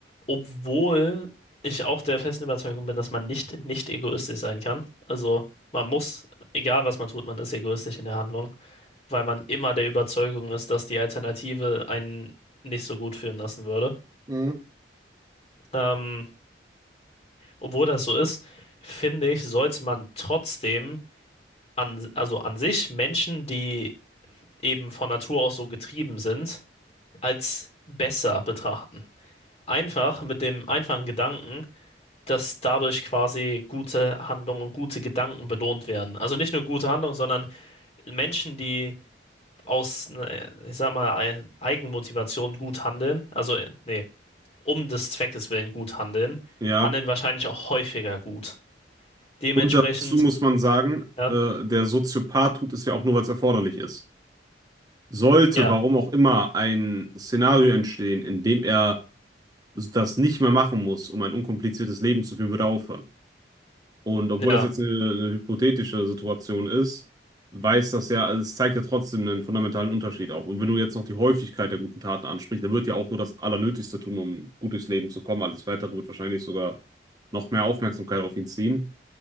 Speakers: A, on the left (about 35°); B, on the right (about 20°).
A: obwohl ich auch der festen Überzeugung bin, dass man nicht, nicht egoistisch sein kann. Also man muss, egal was man tut, man ist egoistisch in der Handlung, weil man immer der Überzeugung ist, dass die Alternative einen nicht so gut fühlen lassen würde.
B: Mhm.
A: Ähm, obwohl das so ist, finde ich, sollte man trotzdem an, also an sich Menschen, die eben von Natur aus so getrieben sind, als besser betrachten. Einfach mit dem einfachen Gedanken, dass dadurch quasi gute Handlungen und gute Gedanken belohnt werden. Also nicht nur gute Handlungen, sondern Menschen, die aus, ne, ich sag mal, Eigenmotivation gut handeln, also äh, nee, um des Zweckes willen gut handeln,
B: Ja.
A: handeln wahrscheinlich auch häufiger gut. Dementsprechend,
B: Und dazu muss man sagen,
A: ja,
B: äh, der Soziopath tut es ja auch nur, weil es erforderlich ist. Sollte,
A: ja,
B: warum auch immer, ein Szenario entstehen, in dem er das nicht mehr machen muss, um ein unkompliziertes Leben zu führen, würde er aufhören. Und obwohl
A: ja.
B: das jetzt eine, eine hypothetische Situation ist, weiß das ja, also es zeigt ja trotzdem einen fundamentalen Unterschied auf. Und wenn du jetzt noch die Häufigkeit der guten Taten ansprichst, dann wird ja auch nur das Allernötigste tun, um gut durchs Leben zu kommen. Alles Weitere wird wahrscheinlich sogar noch mehr Aufmerksamkeit auf ihn ziehen.